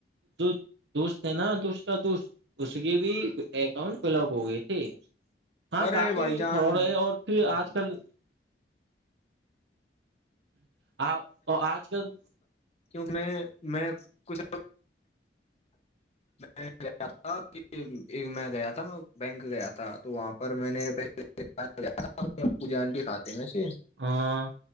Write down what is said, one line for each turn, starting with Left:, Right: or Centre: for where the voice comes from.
Right: جو دوست ہے نا تو تو تو اس کی بھی اکاؤنٹ بلاک ہو گئی تھی ہاں
Left: ارے
Right: کاپی
Left: بھائی جان
Right: اور پھر آج کل آ آج کل <inaudible>
Left: کیوںک میں میں کچھ <inaudible> میں گیا تھا میں گیا تھا میں بینک گیا تھا تو وہاں پر میں نے <inaudible> اپو جان کے کھاتے میں سے
Right: ہاں